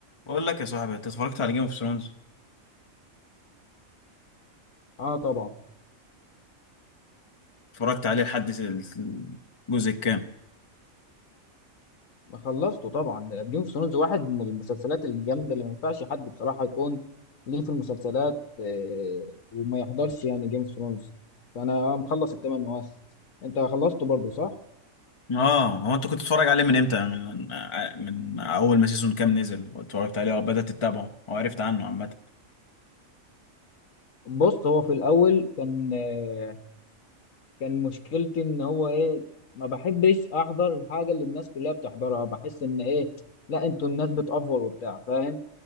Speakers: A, on the left; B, on the left.
A: بقول لك يا صاحبي انت اتفرجت على جيم اوف ثرونز
B: اه طبعا
A: اتفرجت عليه لحد ال- الجزء الكام
B: ما خلصته طبعا جيم اوف ثرونز واحد من المسلسلات الجامده اللي ما ينفعش حد بصراحه يكون ليه في المسلسلات آه وما يحضرش يعني جيم اوف ثرونز فانا مخلص الثمان مواسم انت خلصته برضو صح
A: اه هو انت كنت بتتفرج عليه من امتى من من اول ما سيزون كام نزل واتفرجت عليه وبدات تتابعه وعرفت عنه عامه
B: بص هو في الاول كان آه كان مشكلتي ان هو ايه ما بحبش احضر الحاجه اللي الناس كلها بتحضرها بحس ان ايه لا انتوا الناس بتأفور وبتاع فاهم